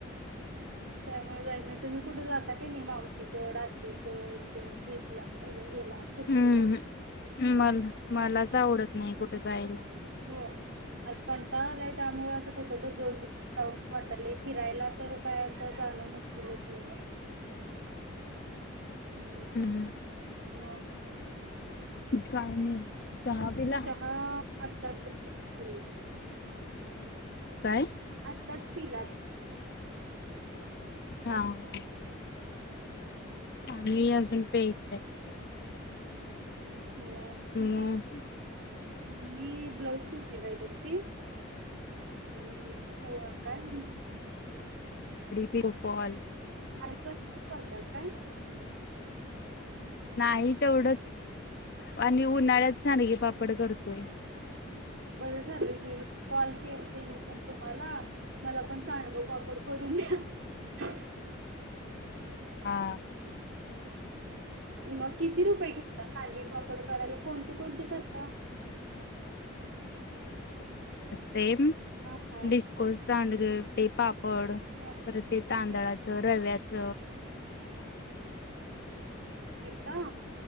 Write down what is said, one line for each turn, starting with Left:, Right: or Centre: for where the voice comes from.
Right: त्यामुळ जाय नही तुम्ही कुठ जाताय. काय नाही मावशीकड आतीकड ट्रिपला. हेला सुट्टीला?
Left: हूं हूं मला मलाच, आवडत नाही कुठ जायला.
Right: होय. कंटाळालाय, त्यामुळे असं कुठ दोन दि जावुच वाटायलय फिरायला. तर काय आता जण मुश तिलाच नीये हू!
Left: हम्म.
Right: मं!
Left: काय नाही चहा पिला?
Right: चहा आता तुम्ही
Left: काय
Right: आत्ताच! तिला.
Left: हा हा! आम्ही अजून प्यायचाय.
Right: म
Left: मग
Right: मी ब्लाऊ सुद काय तुमची, होय काय.
Left: PO Paul.
Right: आधिपासुन करत्यात काय?
Left: नाही तेवढंच आणि उन्हाळ्यात सांडगे पापड करतोय.
Right: बरं झालं कि कॉल केलते मी पण. तुम्हाला मला पण सांडग पापड करून द्या.
Left: हा.
Right: म किती रुपये घेतल्यात सांडगे- पापड- करायला कोणते कोणते <unintelligible> का?
Left: तेम
Right: हा हा
Left: -डिस्कोर्स सांडग, ते पापड,
Right: हा.
Left: परत ते तांदळाचं रव्याच.
Right: ता-